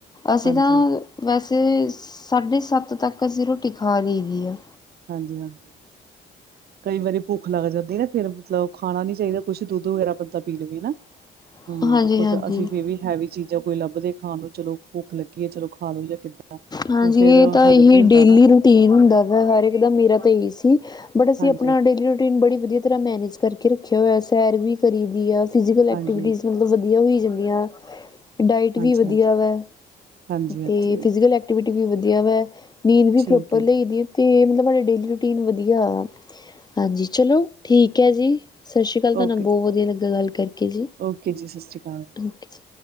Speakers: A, on the left; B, on the right.
A: ਅਸੀਂ
B: ਹਾਂਜੀ,
A: ਤਾਂ ਵੈਸੇ ਸਾਢੇ ਸੱਤ ਤੱਕ ਅਸੀਂ ਰੋਟੀ ਖਾ ਲਈ ਦੀ ਆ।
B: ਹਾਂਜੀ-ਹਾਂਜੀ। ਕਈ ਵਾਰੀ ਭੁੱਖ ਲੱਗ ਜਾਂਦੀ ਨਾ ਫਿਰ ਮਤਲਬ ਖਾਣਾ ਨੀ ਚਾਈਦਾ ਕੁਛ ਦੁੱਧ ਵਗੈਰਾ ਬੰਦਾ ਪੀ ਲਵੇ ਨਾ।
A: <inaudible>
B: ਹੂੰ ਕੁਛ
A: ਹਾਂਜੀ
B: ਅਸੀਂ ਫਿਰ ਵੀ ਹੈਵੀ ਚੀਜ਼ਾਂ ਕੋਈ ਲੱਭਦੇ ਖਾਣ ਨੂੰ ਚਲੋ ਭੁੱਖ ਲੱਗੀ ਐ ਚਲੋ ਖਾ ਲਓ ਜਾਂ ਕਿੱਦਾਂ
A: ਹਾਂਜੀ
B: ਉਹ ਫੇਰ
A: ਏ ਤਾਂ ਇਹੀ
B: ਹਜ਼ਮ ਨੀ ਹੁੰਦਾ
A: ਡੇਲੀ
B: ਨਾ
A: ਰੂਟੀਨ ਹੁੰਦਾ ਵਾ ਹਰ ਇੱਕ ਦਾ ਮੇਰਾ ਤਾਂ ਇਹੀ ਸੀ। ਬਟ ਅਸੀਂ
B: ਹਾਂਜੀ,
A: ਆਪਣਾ ਡੇਲੀ ਰੂਟੀਨ ਬੜੀ ਵਧੀਆ ਤਰ੍ਹਾਂ ਮੈਨੇਜ ਕਰਕੇ ਰੱਖਿਆ ਹੋਇਆ ਸੈਰ ਵੀ ਕਰੀ ਦੀ ਆ। ਫਿਜ਼ਕਲ ਐਕਟੀਵਿਟੀ
B: ਹਾਂਜੀ,
A: ਮਤਲਬ ਵਧੀਆ ਹੋਈ ਜਾਂਦੀਆਂ। ਡਾਇਟ
B: ਹਾਂਜੀ-ਹਾਂਜੀ,
A: ਵੀ ਵਧੀਆ ਵੈ
B: ਹਾਂਜੀ-ਹਾਂਜੀ
A: ਅਤੇ ਫਿਜ਼ੀਕਲ ਐਕਟੀਵਿਟੀ ਵੀ ਵਧੀਆ ਵੈ। ਨੀਂਦ ਵੀ
B: ਠੀਕ
A: ਪ੍ਰੋਪਰ
B: ਹੈ
A: ਲਈ
B: ਜੀ।
A: ਦੀ, ਤੇ ਡੇਲੀ ਰੂਟੀਨ ਵਧੀਆ <inaudible> ਹਾਂਜੀ, ਚਲੋ ਠੀਕ ਹੈ ਜੀ। ਸਤਿ ਸ਼੍ਰੀ ਅਕਾਲ, ਤੁਹਾਨੂੰ
B: ਓਕੇ
A: ਨਾਲ ਬਹੁਤ ਵਧੀਆ ਲੱਗਾ ਗੱਲ ਕਰਕੇ ਜੀ।
B: ਓਕੇ ਜੀ, ਸਤਿ ਸ਼੍ਰੀ ਅਕਾਲ
A: ਓਕੇ ਜ